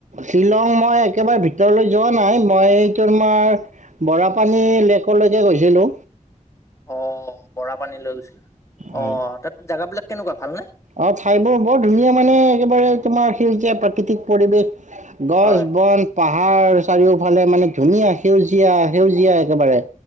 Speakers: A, on the right; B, on the left.
A: শ্বিলং মই একেবাৰে ভিতৰলৈ যোৱা নাই। মই তোমাৰ বৰাপানী লেক লৈকে গৈছিলো।
B: অ' বৰাপানী লৈ গৈছিলো, অ'
A: হয়
B: তাত জেগাবিলাক কেনেকুৱা ভালনে?
A: অ' ঠাইবোৰ বৰ ধুনীয়া, মানে একেবাৰে তোমাৰ সেউজীয়া প্ৰাকৃতিক পৰিৱেশ। গছ-বন,
B: হয়
A: পাহাৰ চাৰিওফালে মানে ধুনীয়া সেউজীয়া সেউজীয়া একেবাৰে।